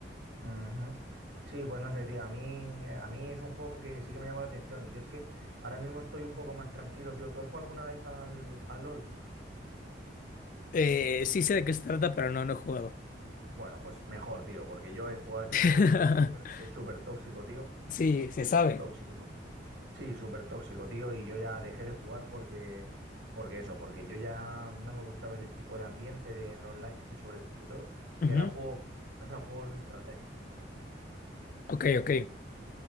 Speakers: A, on the right (about 65°); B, on the left (about 45°).
A: ujú. Sí, pues no sé, tío. A mí, a mí es un juego que sí que me llama la atención. Y yo es que ahora mismo estoy un poco más tranquilo, tío. ¿Tú has jugado alguna vez al, al LOL?
B: Eh, sí sé de qué se trata, pero no, no he jugado.
A: Bueno, pues mejor, tío, porque yo he jugado ese
B: <laughs>
A: juego, tío, y es súper, es súper tóxico, tío.
B: Sí, se
A: Súper
B: sabe.
A: tóxico. su- Sí, súper tóxico, tío. Y yo ya dejé de jugar porque, porque eso, porque yo ya no me gustaba ese tipo de ambiente en online, sobre todo.
B: Ujú.
A: Y era juego a juegos de estrategia.
B: Ok, ok.